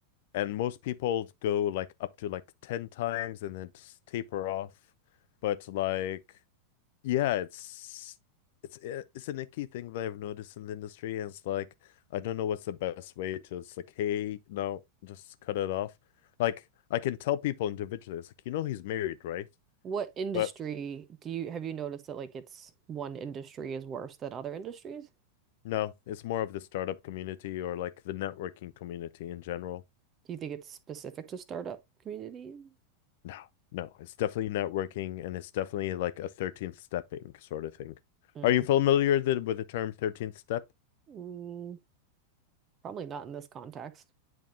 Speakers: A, on the left; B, on the right.
A: And most people go like up to like 10 times and then just taper off. But like Yeah, it's it's it's an icky thing that I've noticed in the industry, and it's like I don't know what's the best way to. It's like, hey, no, just cut it off. Like I can tell people individually, it's like you know he's married, right?
B: What industry
A: But
B: do you have you noticed that like it's one industry is worse than other industries?
A: no, it's more of the startup community or like the networking community in general.
B: Do you think it's specific to startup communities?
A: No, no, it's definitely networking, and it's definitely like a 13th stepping sort of thing.
B: Mm.
A: Are you familiar th- with the term 13th step?
B: Mm, probably not in this context.